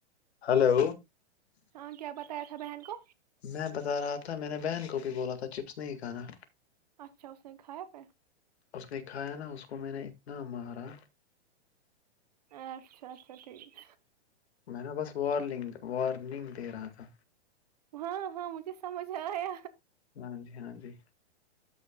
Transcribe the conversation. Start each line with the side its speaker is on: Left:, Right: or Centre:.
Left: ہلو
Right: ہاں کیا بتایا تھا بہن کو
Left: میں بتا رہا تھا میں نے بہن کو بھی بولا تھا چپس نہیں کھانا
Right: اچھا اس نے خیا پ
Left: اس نے کایا نا اس کو میں نے اتنا مارا
Right: اچھا اچھا ٹھیک
Left: میں نےا بس وارننگ وارننگ دے رہا تھا
Right: ہاں ہاں مجھے سمجھ آیا
Left: ہاں جی ہاں جی